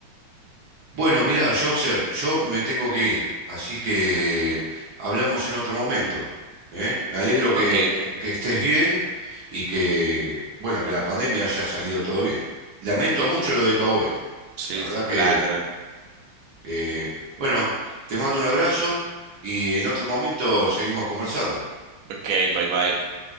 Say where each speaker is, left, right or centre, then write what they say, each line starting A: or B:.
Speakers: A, on the right (about 60°); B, on the right (about 90°).
A: Bueno, mira, Joxer, yo me tengo que ir, así que hablamos en otro momento, ¿eh? Me alegro que,
B: Ok, ok,
A: que- que estés bien y que, bueno, que la pandemia haya salido todo bien. Lamento
B: ok.
A: mucho lo de tu abuelo.
B: Sí,
A: La verdad que,
B: gracias.
A: eh, bueno, te mando un abrazo y en otro momento seguimos conversando.
B: Ok, bye bye.